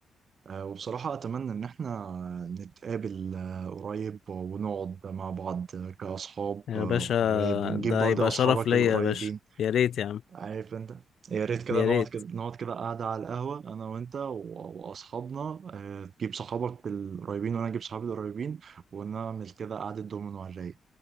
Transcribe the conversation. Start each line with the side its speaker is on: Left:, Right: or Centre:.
Right: آه، وبصراحة أتمنى إن إحنا نتقابل آه، قريب ونقعد مع بعض كأصحاب
Left: يا
Right: آه،
Left: باشا
Right: وحبايب ونجيب
Left: ده
Right: برضه
Left: هيبقى
Right: أصحابك
Left: شرف ليا
Right: القريبين
Left: يا باشا يا ريت يا عم
Right: عارف أنت يا ريت كده
Left: يا
Right: نقعد
Left: ريت
Right: كده نقعد كده قاعدة على القهوة أنا وأنت و- وأصحابنا آه، تجيب صحابك القريبين وأنا أجيب صحابي القريبين ونعمل كده قعدة دومينو على الرايق